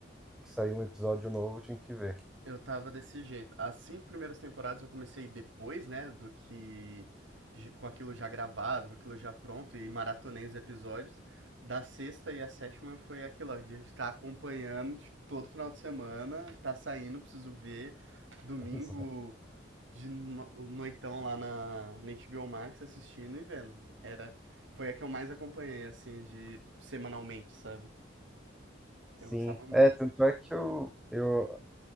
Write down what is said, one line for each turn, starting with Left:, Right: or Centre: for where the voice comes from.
Centre: que saía um episódio novo, eu tinha que ver.
Right: Eu tava desse jeito. As cinco primeiras temporadas eu comecei depois, né, do que j- com aquilo já gravado, com aquilo já pronto e maratonei os episódios. Da sexta e a sétima foi aquilo, ó, de estar acompanhando, tipo, todo final de semana, tá saindo, preciso ver. Domingo
Centre: <laughs>
Right: de no- noitão lá na, na HBO Max assistindo e vendo. Era, foi a que eu mais acompanhei, assim, de semanalmente, sabe?
Centre: Sim,
Right: Eu gostava muito
Centre: é, tanto é que eu, eu